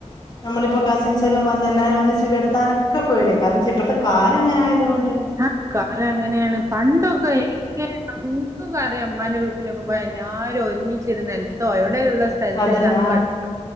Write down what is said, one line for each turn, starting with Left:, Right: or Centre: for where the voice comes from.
Left: നമ്മളിപ്പോ കസിൻസ് എല്ലാം വന്ന് എല്ലാവരും ഒന്നിച്ച് കിടത്താനൊക്കെ പോടിയാ കാരണം ഇപ്പോഴത്തെ കാലം അങ്ങനെ ആയതോണ്ട്
Right: ആഹ് കാലം അങ്ങനെയാണ് പണ്ടൊക്കെ ഇൻക്കൊക്കെ അറിയ ഇമ്മാന്റെ വീട്ടിലൊക്കെ പോയ എല്ലാരും ഒരുമിച്ചിരുന്ന് നൽത്തോ എവിടെ ഉള്ള സ്ഥല സ്ഥലത്ത്
Left: അതന്നെ ആഹ്
Right: കടുക്ക